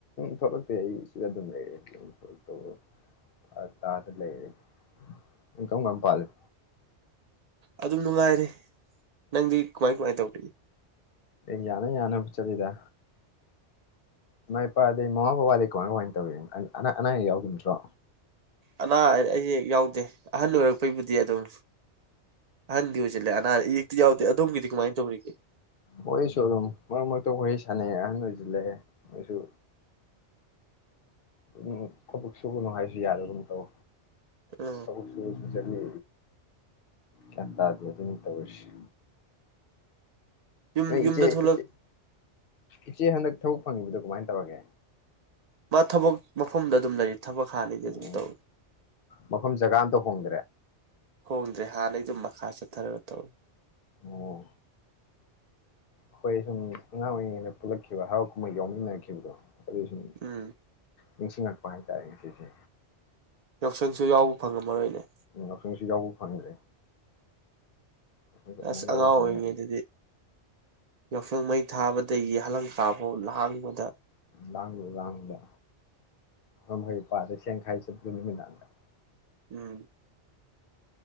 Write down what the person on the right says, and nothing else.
ꯑꯗꯨꯝ ꯅꯨꯡꯉꯥꯏꯔꯦ ꯅꯪꯗꯤ ꯀꯃꯥꯏ ꯀꯃꯥꯏ ꯇꯧꯔꯤ
ꯑꯅꯥ ꯑꯌꯦꯛ ꯌꯥꯎꯗꯦ ꯑꯍꯜ ꯑꯣꯏꯔꯛꯄꯩꯕꯨꯗꯤ ꯑꯗꯨꯝ ꯑꯍꯟꯗꯤ ꯑꫭꯏꯁꯤꯜꯂꯛꯑꯦ ꯑꯅꯥ ꯑꯌꯦꯛ ꯇꯤ ꯌꯥꯎꯗꯦ ꯑꯗꯣꯝꯒꯤꯗꯤ ꯀꯃꯥꯏꯅ ꯇꯧꯔꯤꯒꯦ
ꯎꯝ
ꯌꯨꯝ ꯌꯨꯝꯗ
ꯊꯣꯛꯂꯛ
ꯃꯥ ꯊꯕꯛ ꯃꯐꯝꯗ ꯑꯗꯨꯝ ꯂꯩꯔꯤ ꯊꯕꯛ ꯍꯥꯟꯅꯩꯗꯤ
ꯑꯗꯨꯝ
ꯇꯧꯋꯤ
ꯍꯣꯡꯗ꯭ꯔꯦ ꯍꯥꯟꯅꯩ ꯑꯗꯨꯝ ꯃꯈꯥ ꯆꯠꯊꯔꯒ ꯇꯧꯋꯤ
ꯎꯝ
ꯌꯥꯎꯁꯪꯁꯨ ꯌꯥꯎꯕ ꯐꯪꯉꯝꯃꯔꯣꯏꯅꯦ
ꯑꯁ ꯑꯉꯥꯡ
ꯑꯣꯏꯔꯤꯉꯩꯗꯨꯗꯤ
ꯌꯥꯎꯁꯪ ꯃꯩ ꯊꯥꯕꯗꯒꯤ ꯍꯂꯪꯀꯥꯐ ꯂꯍꯥꯡꯕꯗ
ꯎꯝ